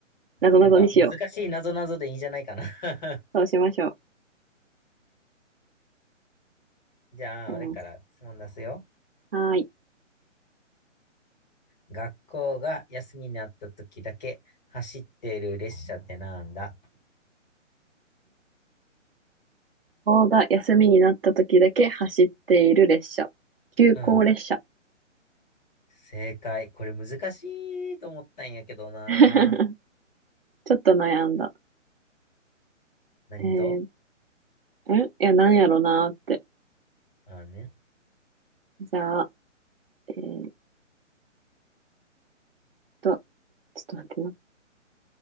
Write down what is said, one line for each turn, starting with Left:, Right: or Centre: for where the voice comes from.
Right: なぞなぞにしよう。
Left: なんか、難しいなぞなぞでいいんじゃないかな。<laughs>
Right: そうしましょ
Left: じゃあ、
Right: う。うん
Left: 俺から質問出すよ。
Right: はーい。
Left: 学校が休みになった時だけ走ってる列車ってなんだ
Right: そうだ、休みになった時だけ走っている列車。急行列車。
Left: うん。正解。これ難しいと思ったんやけどな。
Right: <laughs> ちょっと悩んだ。
Left: 何と
Right: えー、んいや、なんやろなーって。
Left: あね。
Right: じゃあ、えーっと、ちょっと待ってな。